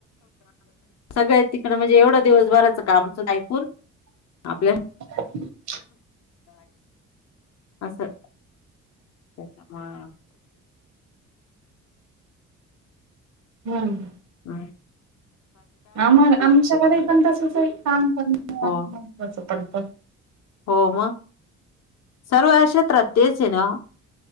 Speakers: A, on the left; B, on the right.
A: सगळे तिकड म्हणजे एवढा दिवस का ऐकून आपल्या
B: तगडंम् तगडं.
A: असं. त्याच का?
B: हम्म.
A: हम.
B: आम्हा आमच्याकडे पण तसच आहे की काम करन
A: हो
B: महत्वाच पडत.
A: हो मग सर्वक्षेत्र तेचे हाय ना